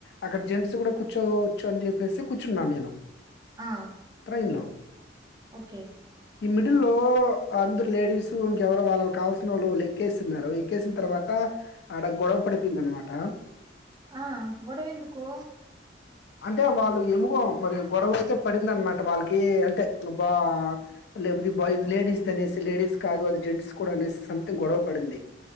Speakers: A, on the left (about 60°); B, on the right (about 20°).
A: అక్కడ జెంట్స్ కూడా కూర్చోవచ్చు అని చెప్పేసి కూర్చున్నాను నేను
B: ఆ
A: ఎల్లో
B: ఓకే
A: ఈ మిడిల్ లో అందరు లేడీస్ ఇంకెవరు వాళ్ళకి కావాల్సిన వాళ్ళు వాళ్ళు ఎక్కేస్తున్నారు ఎక్కేసిన తర్వాత ఆడ గొడవ పడిపోంద అనమాట
B: ఆ గొడవ ఎందుకు
A: అంటే వాళ్ళు ఎముగో మరి గొడవ అయితే పడింద అనమాట వాళ్ళకి అంటే బా లే బాయ్స్ లేడీస్ త అనేసి లేడీస్ కాదు అది జెంట్స్ కూడా అనేసి సథింగ్ గొడవ పడింది